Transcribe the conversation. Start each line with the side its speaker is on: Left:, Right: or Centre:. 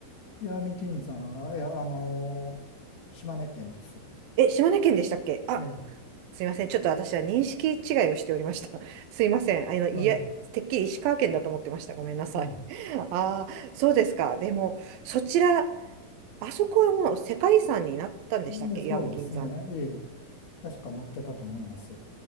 Left: 石見銀山、いや、あの、島根県です。
Right: え、島根県でしたっけあ、
Left: ええ、
Right: すいません。ちょっと私は認識違いをしておりました。<laughs> すいません。あの、いやてっきり石川県だと思ってました。
Left: は
Right: ごめんなさい。
Left: い、はい。
Right: <laughs> ああ、そうですか。でも、そちら、あそこはもう世界遺産になったんでしたっけ石見銀山。
Left: で、そうですね。ええ確かなってたと思います。